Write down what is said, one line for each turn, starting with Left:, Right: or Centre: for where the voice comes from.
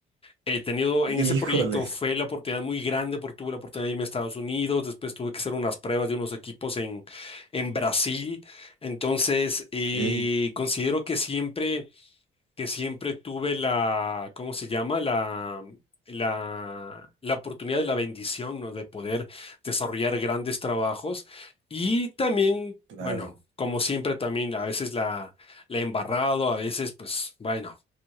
Left: He tenido
Right: Híjole,
Left: en ese proyecto fue la oportunidad muy grande porque tuve la oportunidad de irme a Estados Unidos, después tuve que hacer unas pruebas de unos equipos en, en Brasil, entonces eh,
Right: ok.
Left: considero que siempre, que siempre tuve la, ¿cómo se llama? La, la, la oportunidad de la bendición, ¿no? De poder desarrollar grandes trabajos y también,
Right: Claro,
Left: bueno, como siempre también a veces la, la he embarrado, a veces pues bueno.